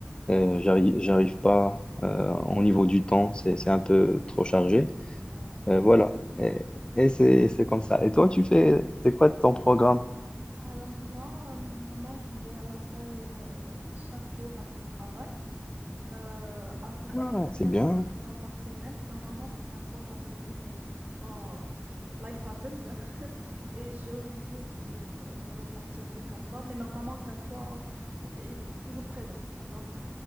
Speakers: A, on the left (about 20°); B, on the right (about 40°).
A: euh, j'arrive, j'arrive pas euh, au niveau du temps, c'est, c'est un peu trop chargé.
B: Ouais, ouais,
A: Euh, voilà,
B: je comprends.
A: et, et c'est,
B: Ouais.
A: c'est comme ça. Et toi, tu fais, c'est quoi ton programme?
B: Alors moi, euh, normalement, je vais à la salle euh, chaque jour après le travail, euh, à peu près
A: Ah,
B: 4
A: c'est
B: à
A: bien.
B: 5 fois par semaine. Normalement, c'est 5 fois par semaine, mais quelquefois, Life happens hein. <laughs> Et je suis obligée de genre de partir que quatre fois, mais normalement quatre fois est toujours présente, tu vois.